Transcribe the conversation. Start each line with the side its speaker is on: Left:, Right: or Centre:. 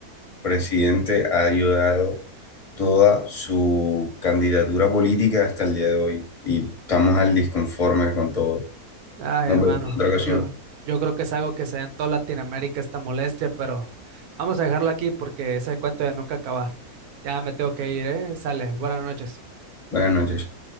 Left: presidente ha ayudado toda su candidatura política hasta el día de hoy y estamos al disconforme con todo.
Right: Ay,
Left: Nos
Right: hermano,
Left: vemos en otra ocasión.
Right: yo, yo creo que es algo que se da en toda Latinoamérica esta molestia, pero vamos a dejarlo aquí porque ese cuento de nunca acabar. Ya me tengo que ir, ¿eh? Sale, buenas noches.
Left: Buenas noches.